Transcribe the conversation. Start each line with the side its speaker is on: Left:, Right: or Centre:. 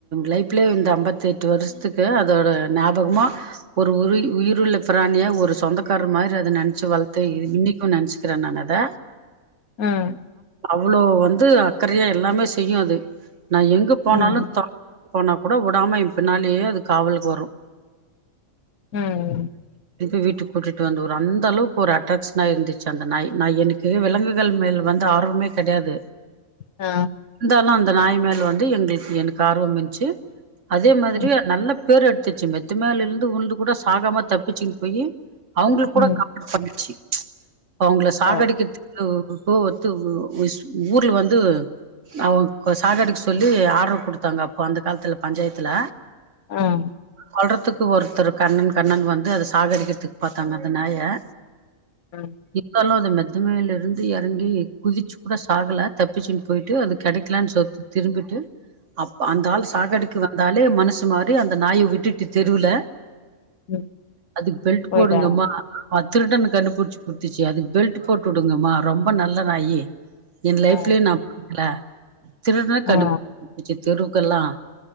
Right: லைஃப்லயே இந்த அம்பத்தெட் ட்டு வருஷத்துக்கு அதோட ஞாபகமா ஒரு உரி உயிருள்ள பிராணியா ஒரு சொந்தக்காரர் மாரி அத நெனைச்சு வள த்த இன்னிக்கும் நெனச்சக்குற நா அத
Left: ம்
Right: அவ்ளோ வந்து அக்கறையா எல்லாமே செய்யு அது நா எங்க போனாலும்
Left: ம்
Right: தொ போனா கூட விடாம எ பின்னாலயே அது காவல்க்கு வரும்
Left: ம்
Right: க்கு வீட்டுக்கு கூட்டுட்டு வந்து அந்த அளவுக்கு ஒரு அட்டாக்ஷனா இருந்துச்சு அந்த நாயி நா எனக்கு விலங்குகள் மேல வந்து ஆர்வமே கடையாது
Left: ஆ
Right: இருந்தாலும் அந்த நாய் மேல வந்து எங்குளுக்கு எனக்கு ஆர்வம் இருந்துச்சு அதே மாதிரி
Left: ம்
Right: நல்ல பேரு எடுத்துர்ச்சு மெத்து மேல இருந்து உழுந்து கூட சாகமா தப்பிச்சுங் போயி அவுங்குளுக்கு கூட
Left: ம்
Right: பண்ணுச்சு இப்ப அவுங்கள சாக
Left: ஆ
Right: அடிக்கிறதுக்கு இப்போ ஒத்து ஊர்ல வந்து அவுங்க சாகடிக்க சொல்லி ஆடரு குடுத்தாங்க அப்போ அந்த காலத்துல பஞ்சாயத்துல
Left: ம்
Right: கொல்றதுக்கு ஒருத்தர் கண்ணன் கண்ணன் வந்து அத சாகடிக்கிறதுக்கு பாத்தாங்க அந்த நாய
Left: ம்
Right: இப்பல்லாம் அந்த மெத்த மேல இருந்து எ றங்கி குதிச்சு கூட சாகல தப்பிச்சுனு போயிட்டு அது கிடைக்கலனு சொத் திரும்பிட்டு அப்ப அந்த ஆள் சாகடுக்கு வந்தாலே மனசு மாரி அந்த நாய விட்டுட்டு தெருல
Left: ம்
Right: அதுக்கு பெல்ட்
Left: போயிட்டாங்க
Right: போடுங்கம்மா அது திருடன கண்டுபிடிச்சு குடித்துச்சு அதுக்கு பெல்ட் போட்டு விடுங்கம்மா ரொம்ப நல்ல நாயி என் லைஃப்லயும்
Left: ஆ
Right: நான் பாக்கல திருடன கண்டு
Left: ஆ
Right: புடிச்சு குடுத்துச்சி தெருவுக்கெல்லாம்